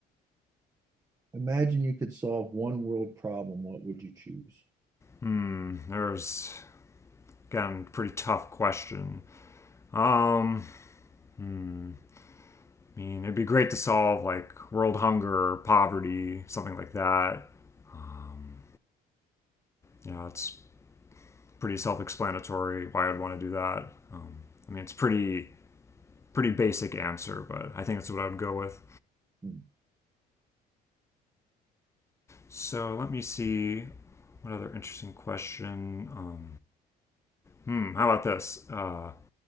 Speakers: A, on the right (about 20°); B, on the left (about 15°).
A: imagine you could solve one world problem. What would you choose?
B: Hmm. There's again pretty tough question. Um. Hmm. I mean, it'd be great to solve like world hunger or poverty, something like that. Um, yeah, it's pretty self-explanatory why I'd want to do that. Um, I mean, it's pretty pretty basic answer, but I think that's what I would go with.
A: Hmm.
B: So let me see what other interesting question. Um, hmm, how about this? Uh,